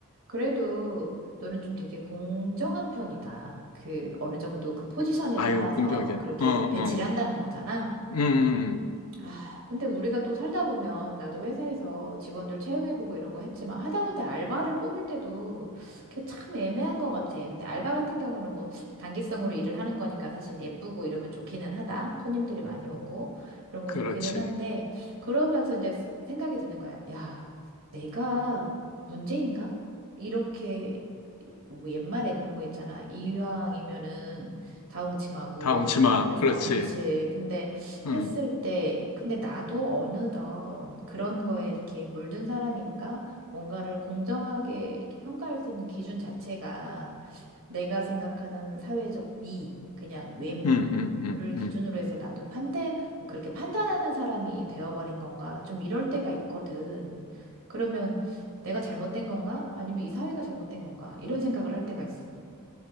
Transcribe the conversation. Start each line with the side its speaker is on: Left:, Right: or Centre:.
Right: 그래도 너는 좀 되게 공정한 편이다. 그 어느 정도 그 포지션에
Left: 아유,
Right: 따라서
Left: 공정하게.
Right: 그렇게
Left: 어, 어.
Right: 배치를
Left: 음,
Right: 한다는 거잖아.
Left: 음, 음.
Right: 아, 근데 우리가 또 살다 보면 나도 회사에서 직원들 채용해보고 이런 거 했지만 하다못해 알바를 뽑을 때도 그게 참 애매한 것 같아. 근데 알바 같은 경우는 뭐 단기성으로 일을 하는 거니까 사실 예쁘고 이러면 좋기는 하다. 손님들이 많이 오고 이런 거
Left: 그렇지.
Right: 좋기는 한데 그러면서 이제 생각이 드는 거야. 야, 내가 문제인가? 이렇게 뭐 옛말에 그런 거 있잖아. 이왕이면은 다홍침하고
Left: 다 엉치마.
Right: 해서
Left: 그렇지.
Right: 그치. 근데
Left: 응,
Right: 했을 때, 근데 나도 어느덧 그런 거에 이렇게 물든 사람인가? 뭔가를 공정하게 이렇게 평가할 수 있는 기준 자체가 내가 생각하는 사회적 미, 그냥 외모를
Left: 응, 응, 응,
Right: 기준으로
Left: 응.
Right: 해서 나도 판대, 그렇게 판단하는 사람이 되어버린 건가? 좀 이럴 때가 있거든. 그러면 내가 잘못된 건가? 아니면 이 사회가 잘못된 건가? 이런 생각을 할 때가 있어.